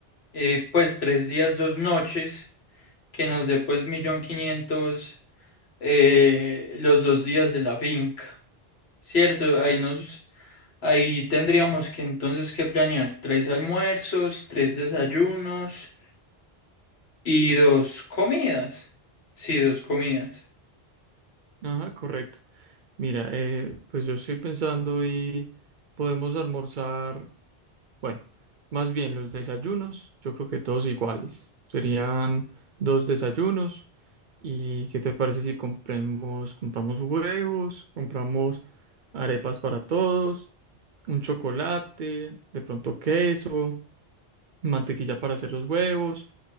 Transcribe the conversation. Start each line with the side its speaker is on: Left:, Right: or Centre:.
Left: eh, pues tres días, dos noches, que nos dé pues millón quinientos eh, los dos días de la finca, ¿cierto? Ahí nos, ahí tendríamos que entonces que planear tres almuerzos, tres desayunos y dos comidas. Sí, dos comidas.
Right: Ajá, correcto. Mira, eh, pues yo estoy pensando y podemos almorzar, bueno, más bien los desayunos, yo creo que todos iguales. Serían dos desayunos. ¿Y qué te parece si compremos, compramos huevos, compramos arepas para todos, un chocolate, de pronto queso, mantequilla para hacer los huevos?